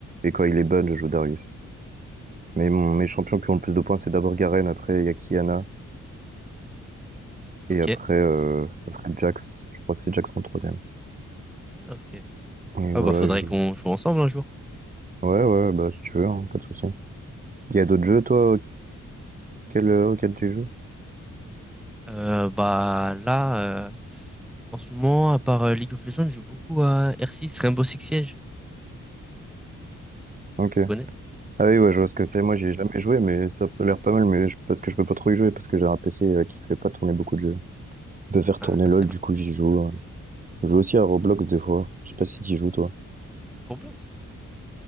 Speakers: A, on the right; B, in the centre.
A: et quand il est ban, je joue Darius. Mais mon, mes champions qui ont le plus de points, c'est d'abord Garen, après il y a Kiana,
B: Ok.
A: et après euh, ça serait Jax. Je crois que c'est Jax mon troisième.
B: Ah, ok.
A: Et
B: Ah
A: voilà,
B: bah faudrait
A: je joue.
B: qu'on joue ensemble un jour.
A: Ouais, ouais, bah si tu veux, hein, pas de souci. Il y a d'autres jeux, toi, auxquels, euh, auxquels tu joues?
B: Euh, bah là, euh, en ce moment, à part euh, League of Legends, je joue beaucoup à R6, Rainbow Six Siege.
A: Ok.
B: Tu connais?
A: Ah oui, ouais, je vois ce que c'est. Moi, j'y ai jamais joué, mais ça a l'air pas mal, mais je- parce que je peux pas trop y jouer, parce que j'ai un PC euh, qui fait pas tourner beaucoup de jeux. Je peux faire
B: Ah
A: tourner
B: ça
A: LOL,
B: c'est
A: du
B: l'inconvénient.
A: coup, j'y joue. hein. Je joue aussi à Roblox des fois. Je sais pas si t'y joues, toi.
B: Roblox?